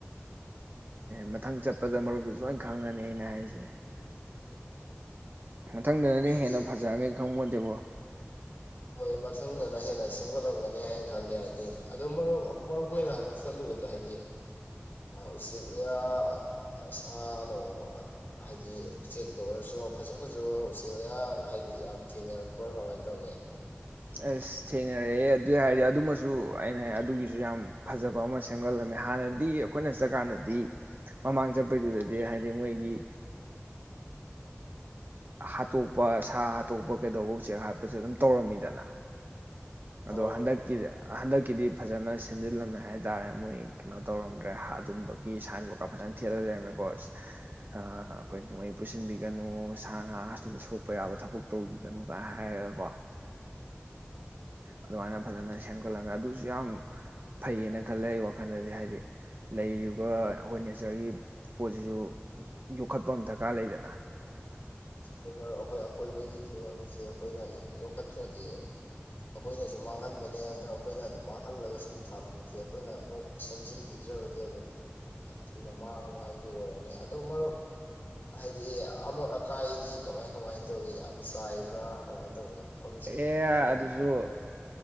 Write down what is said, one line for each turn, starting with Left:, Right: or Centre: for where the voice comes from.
Right: ꯃꯊꯪ ꯆꯠꯄꯗ ꯃꯔꯨꯞꯁꯨ ꯁꯣꯏꯅ ꯈꯪꯉꯅꯤ ꯑꯩꯅ ꯍꯥꯏꯁꯤꯦ ꯃꯊꯪꯗꯅꯅꯦ
Left: ꯍꯥꯏꯗꯤ
Right: ꯍꯦꯟꯅ ꯐꯖꯔꯃꯦ ꯈꯪꯄꯣꯟꯇꯦꯕꯣ
Left: ꯍꯣꯏ ꯃꯊꯪꯗꯅ ꯍꯦꯟꯅ ꯁꯦꯝꯒꯠꯂꯝꯒꯅꯤ ꯍꯥꯏꯅ ꯈꯜꯂꯦ ꯍꯥꯏꯗꯤ ꯑꯗꯨ ꯃꯔꯨꯞ ꯃꯔꯨꯞ ꯑꯣꯏꯅ ꯍꯟꯗꯛ ꯆꯠꯂꯨꯕꯗꯣ ꯍꯥꯏꯗꯤ ꯎꯆꯦꯛ ꯌꯥ ꯋꯥꯌꯥ ꯁꯥꯅꯨꯡ ꯍꯥꯏꯗꯤ ꯎꯆꯦꯛꯛꯇ ꯑꯣꯏꯔꯁꯨ ꯐꯖ ꯐꯖꯕ ꯎꯆꯦꯛ ꯌꯥ ꯍꯥꯏꯗꯤ ꯌꯥꯝ ꯊꯦꯡꯅꯔꯛꯄ꯭ꯔꯥ ꯀꯃꯥꯏꯅ ꯇꯧꯏ
Right: ꯑꯁ ꯊꯦꯡꯅꯔꯛꯑꯦ ꯑꯗꯨꯏ ꯍꯥꯏꯔꯗꯤ ꯑꯗꯨꯃꯁꯨ ꯑꯩꯅ ꯑꯗꯨꯒꯤꯁꯨ ꯌꯥꯝ ꯐꯖꯕ ꯑꯃ ꯁꯦꯝꯒꯠꯂꯝꯃꯦ ꯍꯥꯟꯅꯗꯤ ꯑꯩꯈꯣꯏꯅ ꯆꯠꯀꯥꯟꯗꯗꯤ ꯃꯃꯥꯡ ꯆꯠꯄꯩꯗꯨꯗꯗꯤ ꯍꯥꯏꯗꯤ ꯃꯣꯏꯒꯤ ꯍꯥꯠꯇꯣꯛꯄ ꯁꯥ ꯍꯥꯠꯇꯣꯛꯄ ꯀꯩꯗꯧꯕ ꯎꯆꯦꯛ ꯍꯥꯠꯄꯁꯨ ꯑꯗꯨꯝ ꯇꯧꯔꯝꯃꯤꯗꯅ
Left: ꯇꯧꯔꯝꯃꯤꯅꯣ
Right: ꯑꯗꯣ ꯍꯟꯗꯛꯀꯤ ꯍꯟꯗꯛ ꯒꯤꯗꯤ ꯐꯖꯅ ꯁꯦꯝꯖꯤꯜꯂꯝꯃꯦ ꯍꯥꯏꯇꯥꯔꯦ ꯃꯣꯏ ꯀꯩꯅꯣ ꯇꯧꯔꯝꯗ꯭ꯔꯦ ꯑꯗꯨꯝꯕꯒꯤ ꯁꯥꯏꯟꯕꯣꯔꯠꯀ ꯐꯖꯅ ꯊꯦꯠ ꯂꯩꯔꯝꯃꯦꯀꯣ ꯑꯩꯈꯣꯏ ꯅꯣꯡꯃꯩ ꯄꯨꯁꯤꯟꯕꯤꯒꯅꯨ ꯁꯥ ꯉꯥꯗ ꯁꯣꯛꯄ ꯌꯥꯕ ꯊꯕꯛ ꯇꯧꯕꯤꯒꯅꯨ ꯀꯥꯏꯅ ꯍꯥꯏꯔꯒꯀꯣ ꯑꯗꯨꯃꯥꯏꯅ ꯐꯖꯅ ꯁꯦꯝꯒꯠꯂꯝꯃꯦ ꯑꯗꯨꯁꯨ ꯌꯥꯝ ꯐꯩꯌꯦꯅ ꯈꯜꯂꯦ ꯑꯩ ꯋꯥꯈꯜꯗꯗꯤ ꯍꯥꯏꯗꯤ ꯂꯩꯔꯤꯕ ꯑꯩꯈꯣꯏ ꯅꯦꯆꯔꯒꯤ ꯄꯣꯠꯁꯤꯁꯨ ꯌꯣꯛꯈꯠꯄ ꯑꯃ ꯗꯔꯀꯥꯔ ꯂꯩꯗꯅ
Left: ꯍꯣꯏ ꯍꯣꯏ ꯑꯩꯈꯣꯏ ꯑꯀꯣꯏꯕꯒꯤ ꯐꯤꯕꯝꯁꯦ ꯑꯩꯈꯣꯏꯅ ꯌꯣꯛꯈꯠꯇ꯭ꯔꯗꯤ ꯑꯩꯈꯣꯏꯅꯁꯨ ꯃꯥꯡꯍꯟꯕꯅꯦ ꯑꯗꯨꯅ ꯑꯩꯈꯣꯏꯅ ꯑꯗꯨꯝ ꯃꯥꯡꯍꯜꯂꯒ ꯁꯨꯝ ꯊꯝꯃꯗꯤ ꯑꯩꯈꯣꯏꯅ ꯑꯃꯨꯛ ꯁꯦꯝꯖꯤꯟꯕꯤꯗ꯭ꯔꯒꯗꯤ ꯑꯗꯨꯝꯅ ꯃꯥꯡꯕ ꯍꯥꯏꯕ ꯑꯣꯏꯔꯅꯤ ꯑꯗꯨ ꯃꯔꯨꯞ ꯍꯥꯏꯗꯤ ꯑꯃꯣꯠ ꯑꯀꯥꯏꯗꯤ ꯀꯃꯥꯏ ꯀꯃꯥꯏꯅ ꯇꯧꯏꯤ ꯌꯥꯝ ꯆꯥꯏꯕ꯭ꯔꯥ ꯀꯃꯥꯏꯅ ꯇꯧꯒꯦ ꯃꯐꯝꯁꯤ
Right: ꯑꯦ
Left: ꯈꯔ
Right: ꯑꯗꯨꯁꯨ
Left: ꯑꯗꯨꯝ ꯂꯨꯕ꯭ꯔꯥ